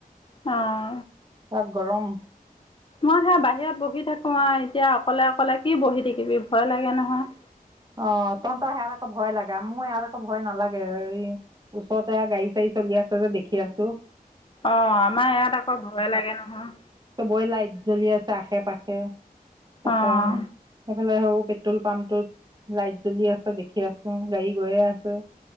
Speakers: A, on the left; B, on the right.
A: অ'।
B: তাত গৰম।
A: মই সেয়া বাহিৰত বহি থাকো আৰু এতিয়া অকলে অকলে কি বহি থাকিবি ভয় লাগে নহয়।
B: অ', তহতৰ হেয়াত আকৌ ভয় লাগে, মোৰ ইয়াত আকৌ ভয় নালাগে, এই ওচৰতে এয়া গাৰী চাৰি চলি আছে যে দেখি আছোঁ।
A: অ', আমাৰ ইয়াত আকৌ ভয় লাগে নহয়।
B: চবৰে লাইট জ্বলি আছে আশে পাশে, তাপা
A: অঁ
B: সেইফালে সৌ, পেট্ৰল পাম্পটোত লাইট জ্বলি আছে দেখি আছোঁ, গাড়ী গৈয়ে আছে।